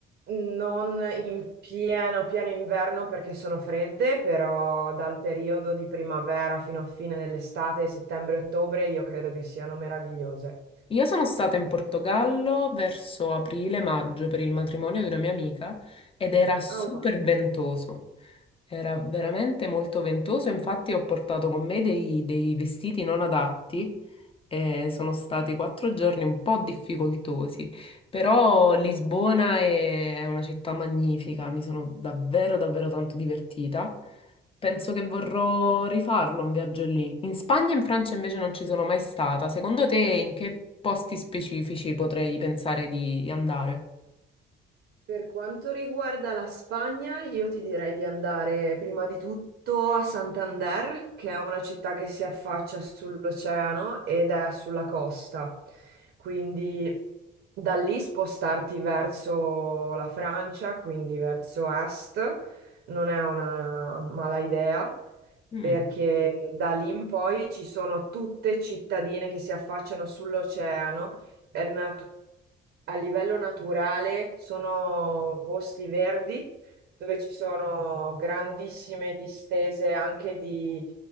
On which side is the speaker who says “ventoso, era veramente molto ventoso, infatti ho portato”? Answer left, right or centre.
Left